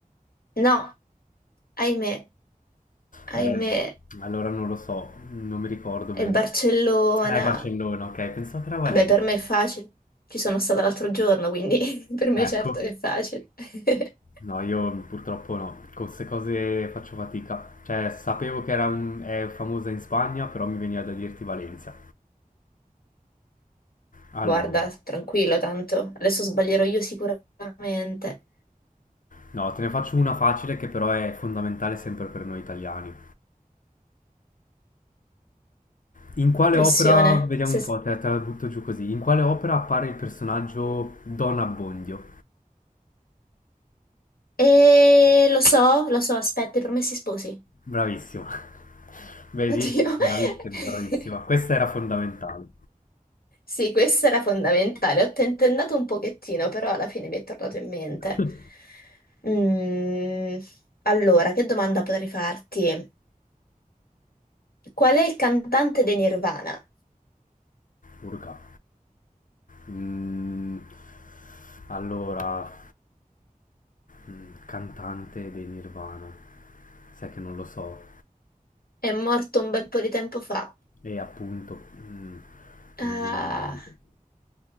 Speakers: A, on the left (about 85°); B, on the left (about 65°).
A: No, ahimè,
B: Eh,
A: ahimè,
B: allora non lo so, non mi ricordo
A: è
B: bene.
A: Barcellona.
B: Eh, Barcellona, ok, pensavo che era Valencia.
A: Vabbè, per me è facile. Ci sono stata l'altro giorno, quindi <laughs> per me certo
B: Ecco.
A: che è facile. <laughs>
B: No, io purtroppo no, con queste cose faccio fatica. Cioè, sapevo che era un- è famosa in Spagna, però mi veniva da dirti Valencia. Allora,
A: Guarda, tranquillo tanto. Adesso sbaglierò io sicuramente.
B: no, te ne faccio una facile che però è fondamentale sempre per noi italiani. In quale
A: Pressione.
B: opera, vediamo
A: Se
B: un
A: s-
B: po', te, te la butto giù così, in quale opera appare il personaggio Don Abbondio?
A: Eh, lo so, lo so, aspetta, i promessi sposi.
B: Bravissima. <laughs> Vedi?
A: Oddio.
B: Bravissima,
A: <laughs>
B: bravissima. Questa era fondamentale.
A: Sì, questa era fondamentale. Ho tentennato un pochettino, però alla fine mi è tornato in mente.
B: <laughs>
A: Mm, Allora, che domanda potrei farti? Qual è il cantante dei Nirvana?
B: Urca. Mm, allora, mm, cantante dei Nirvana. Sai che non lo so.
A: È morto un bel po' di tempo fa.
B: E appunto, mm,
A: Ah,
B: non mi viene in mente.